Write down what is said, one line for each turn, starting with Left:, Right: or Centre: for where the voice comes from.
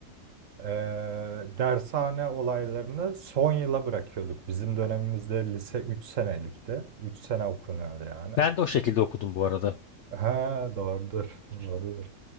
Right: e, dershane olaylarını son yıla bırakıyorduk. Bizim dönemimizde lise 3 senelikti. üç sene okunuyordu yani.
Left: Ben de o şekilde okudum bu arada.
Right: Ha, doğrudur, doğrudur.